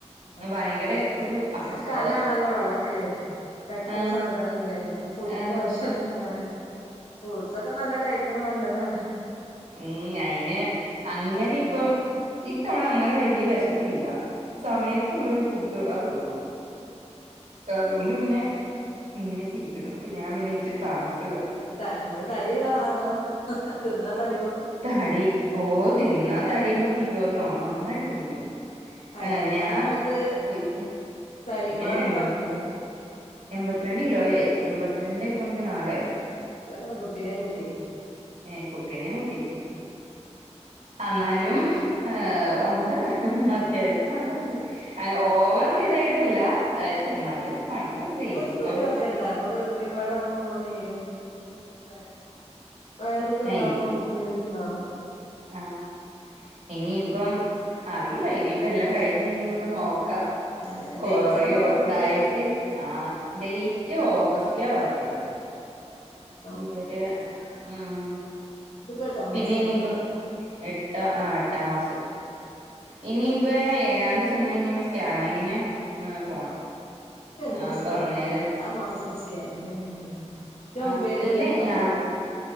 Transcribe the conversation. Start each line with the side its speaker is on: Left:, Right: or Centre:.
Left: ണ്ടെ
Right: ഭയങ്കര ഒരു
Left: അത്രേം
Right: അസ്വസ്ഥത
Left: കനആണല്ലോ പള്ളക്ക് കട്ടിയുള്ള
Right: ആ
Left: സാധനംല്ലേ അപ്പൊ ഫുഡിന്റെ
Right: ആ
Left: ആവശ്യം ഒന്നും ഉണ്ടാവില്ല ഫ്രൂട്ട്സ് ഒക്കെ നല്ല കഴിക്കണ നല്ലതാണ്
Right: ഉം അയിന് അങ്ങനെ ഇപ്പം ഇത്തവണ അങ്ങനെ വലിയ വിശപ്പില്ല
Left: ഇല്ല്യല്ലേ
Right: സമയത്തുള്ള ഒരു ഫുഡ് അതള്ളൂ
Left: അതെ
Right: അതുകൊണ്ട് പിന്നെ ഇങ്ങനെയൊക്കെ ഇരിക്കുന്നു ഇപ്പൊ ഞാൻ പിന്നെ ഇച്ചിരി താമസി
Left: അങ്ങനെ ത നിങ്ങള്ൾ തടിള്ളാണോ അതോ തിന്നാ തടിമെ
Right: തടി ഓ തിന്നാ തടീമേ പിടിക്കോന്നോ നന്നായിട്ട് പിടിക്കും
Left: അതാണ് അങ്ങനെ
Right: ഏഹ് ഞാ
Left: ആകുമ്പോ നമുക്ക്
Right: ഓ ഇപ്പ
Left: തടിമ്പാടുണ്ടാവുമ്പളേ
Right: ഇപ്പൊ ഞാൻ എൻ എൺമ്പത്തിരണ്ട് കിലോ ആയി എൺമ്പത്തിരണ്ട് പോയിന്റ് നാലആയി
Left: ഏ ത്ര കട കുട്ടിനെ കൂട്ടി
Right: ഏ കുട്ടിനെ കൂട്ടിക്ക്
Left: കൂട്ടി
Right: എന്നാലും എഹ് ഉണ്ട് അത്യാവശ്യം വണ്ണണ്ട് എഹ് ഓവർ ഇതായിട്ടല്ലക്ഷെ എന്നാലും വണ്ണണ്ട്
Left: ഇപ്പ ഇപ്പത്തെ
Right: ഇനിയിപ്പം
Left: തടിയൊക്കെ ഇണ്ടാ അപ്പൊ ഗർഭിണി പാട ആകുമ്പോ നമ്മള് നീരും പിന്നെ ത വയറൊക്കെ ഇണ്ടാവകുമ്പോ
Right: ഇനി
Left: നമ്മുക്ക ഒര് ഇത്ണ്ടാവില്ല
Right: ആഹ് ഇനിയിപ്പം അറിയില്ല ഇനിയിപ്പ എല്ലാം കഴിഞ്ഞ് കഴിഞ്ഞ്മ്പം നോക്കാം
Left: അതെ
Right: കൊറയോ
Left: ഡേറ്റ് എന്നാ പറഞ്ഞത്
Right: ഡയറ്റ് ആ ഡേറ്റ് ഓഗസ്റ്റിലാ പറഞ്ഞേക്കുന്നത്
Left: ഓഗസ്റ്റ്ലാ അടു
Right: ഇവര് മം
Left: ഇതിപ്പോ എട്ടാം
Right: പിന്നെ
Left: മാസം
Right: ഇനിയിപ്പോ എട്ടാ ആ എട്ടാം മാസം. ഇനിയിപ്പ ഏഴാംതി ചെന്നെഴിഞ്ഞാൽ സ്കാനിങ്ങിന് പോണം.
Left: ഇപ്പ എന്നും
Right: ആ അപ്പൊ
Left: സ്കാനിങ്
Right: അന്നേരം
Left: തന്നെയല്ലോ എല്ലാ മാസും സ്കാനിങ് തന്നെയാണല്ലോ? മറ്റേ ഒമ്പതിലല്ലേ
Right: ആഹ് ഇല്ലേ
Left: ഉണ്ടാവുള്ളൂ
Right: ഞാ